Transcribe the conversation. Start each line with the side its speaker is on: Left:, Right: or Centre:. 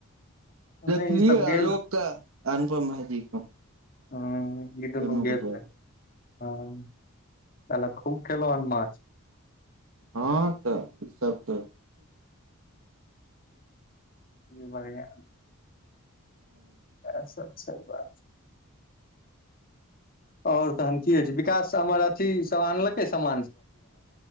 Right: देखलियै
Left: नहि ई सब गेल
Right: आलोकके अनुपम भाइजी क
Left: हुँ ई
Right: दुनू
Left: गेल
Right: के जायत
Left: रहे हँ साला खूब खेलो हन माछ
Right: हँ तऽ ई सब तऽ
Left: बढ़िया छै सही बात आओर तहन की होइ छै विकास हमर अथी सब आनलकै सब